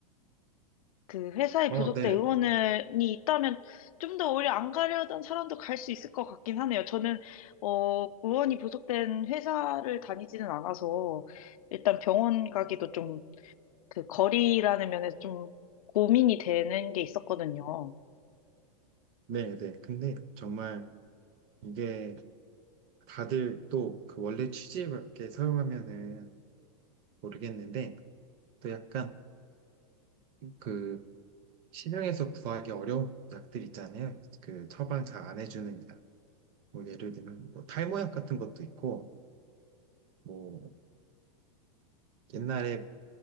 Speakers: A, on the left; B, on the right.
A: 그 회사에
B: 어,
A: 부속된
B: 네,
A: 의원이 있다면 좀 더 오히려 안 가려던 사람도 갈 수 있을 것 같긴 하네요. 저는 어 의원이 부속된 회사를 다니지는 않아서 일단 병원 가기도 좀 그 거리라는 면에서 좀 고민이 되는 게 있었거든요.
B: 네, 네. 근데 정말 이게 다들 또 그 원래 취지에 맞게 사용하면은 모르겠는데, 또 약간 그 시중에서 구하기 어려운 약들 있잖아요. 그 처방 잘 안 해주는 약. 뭐 예를 들면 뭐 탈모약 같은 것도 있고, 뭐 옛날에